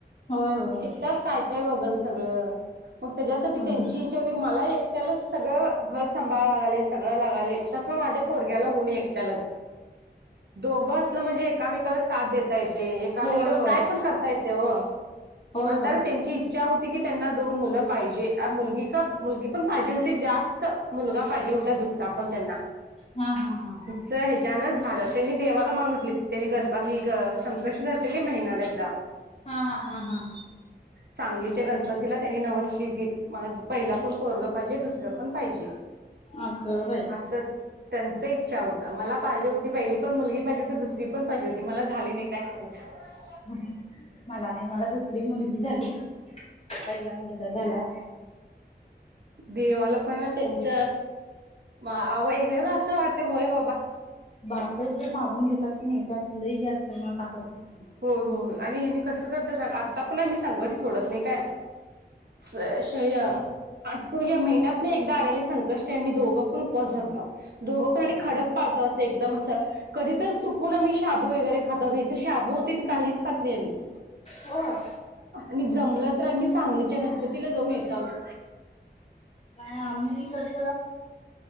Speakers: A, on the left (about 35°); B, on the right (about 65°).
A: होय होय होय
B: एकटाच काय - काय बघल सगळं? मग त्याज्यासाठी,
A: हम्म
B: त्यांचीे इच्छा होती. मला एक त्याला सगळं घर सांभाळ लागालय. सगळं लागालय. तसं, माझ्या पोरग्याला होऊ नी एकट्याला. दोघं असलं म्हणजे, एकामेकाला साथ देता येते. एकामेकाला
A: होय
B: काय
A: होय
B: कायपण करता येतय ओ.
A: होय
B: म्हणतानं,
A: होय
B: त्यांची इच्छा इच्छा होती की, त्यांना दोन मुलं पाहिजे. मुलगी का मुलगी पण पाहिजे होती. जास्त, मुलगा पाहिजे होता. दुसरा पण त्यांना.
A: हा, हा, हा.
B: त्या ह्याज्यानच झालं. त्यांनी देवाला मागुन घेतली त्यांनी. गणपा मी संकष्टी धरते नी महिन्याला एकदा.
A: हा, हा, हां, हां.
B: सांगलीच्या, गणपतीला त्यांनी नवस केलती. मला पहिला पण पोरग पाहिजे. दुसरं पण पाहिजे.
A: अगं बाई
B: अस. त्यांचं इच्छा होतं. मला पाहिजे होती. पहिली पण मुलगी पाहिजे होती. दुसरी पण पाहिजे होती. मला झाली नाही. काय खरय? <unintelligible>
A: <unintelligible> मला नाही. मला दुसरी मुलगी झाली. पहिला मुलगा झाला.
B: देवाला पण त्यांच. वा आ एकदा असं वाटतय, होय बाबा.
A: बापे जे, मागून घेतात की नाही. त्यात लई ही असतय ना. ताकत असतना.
B: होय. हो. होय. आणि हेनी कसं, करता सांग. आता पण आम्ही संकष्टी सोडत नाही, काय? स्व, शया. तो या महिन्यात न एकदा आलेले संकष्ट. आमी दोघं पण उपवास धरताव. दोघं पण आणि खडप पाळतो. असं, एकदम असं. कधीतर, चुकून आम्ही शाबू वगैरे खातो, नाही त शाबो तीन काहीच खात नाही आम्ही.
A: हो.
B: आणि जमलं तर, आम्ही सांगलीच्या गणपतीला जाऊन येतावच.
A: नाही. आम्ही तस